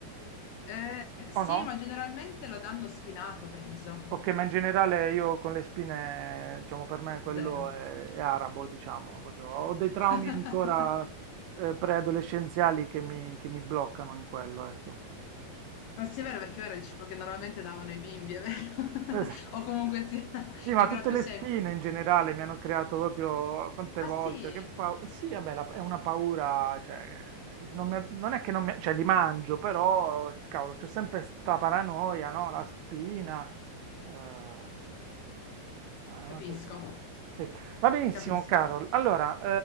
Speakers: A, on the left; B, on the right.
A: Eh, sì,
B: O no?
A: ma generalmente lo danno spinato, penso.
B: Okay, ma in generale io con le spine, diciamo per me quello
A: Zero.
B: è è arabo, diciamo, proprio ho dei traumi
A: <laughs>
B: ancora, ehm, preadolescenziali che mi che mi bloccano in quello, ecco.
A: Ma sì, è vero, perché era il cibo che normalmente davano ai bimbi, è vero?
B: Sì,
A: <laughs> O comunque sì, <laughs> perché
B: ma tutte
A: era più
B: le
A: semplice.
B: spine in generale mi hanno creato proprio quante
A: Ah
B: volte,
A: sì?
B: che pau- sì, vabbè, la- è una paura, cioè, non, mi- non è che non mi, cioè, li mangio, però, cavolo, c'è sempre sta paranoia, no? La spina, eh, ma è
A: Capisco,
B: una cosa... Sì. Va benissimo,
A: capisco.
B: Carol. Allora,